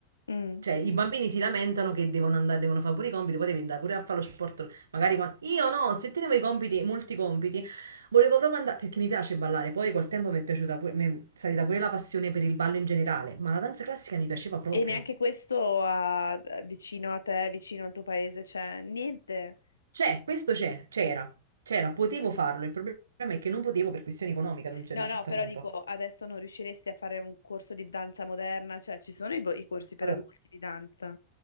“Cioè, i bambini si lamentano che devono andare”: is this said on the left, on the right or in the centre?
Right